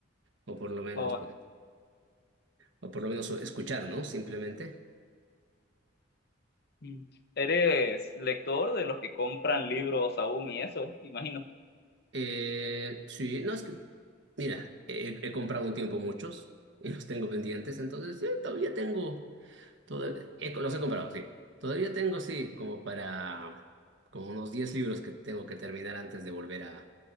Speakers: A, on the right; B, on the left.
A: o por lo menos,
B: Oh,
A: pues, o por lo menos escuchar, ¿no? Simplemente.
B: Mm. ¿Eres lector de los que compran libros aún y eso? Imagino.
A: Eh, sí, no es que, mira, he, he comprado un tiempo muchos y los tengo pendientes, entonces eh, todavía tengo, toda- he- los he comprado, sí. Todavía tengo, sí, como para, como unos 10 libros que tengo que terminar antes de volver a,